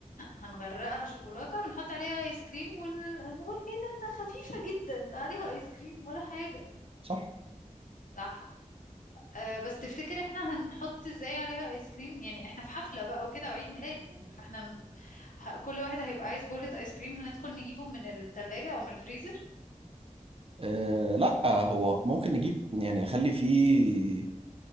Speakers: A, on the left (about 80°); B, on the right (about 45°).
A: هنغرقها شوكولاتة ونحط عليها ايس كريم ونقول ايه ده ده خفيفة جدا ده عليها ايس كريم ولا حاجة
B: صح
A: صح أه بس تفتكر احنا هنحط ازاي عليها ايس كريم يعني احنا في حفلة بقى وكده وعيد ميلاد يعني فاحنا م- ه- كل واحد هيبقى عايز بولة ايس كريم هندخل نجيبه من التلاجة او من الفريزر
B: أه لا هو ممكن نجيب يعني نخلي فيه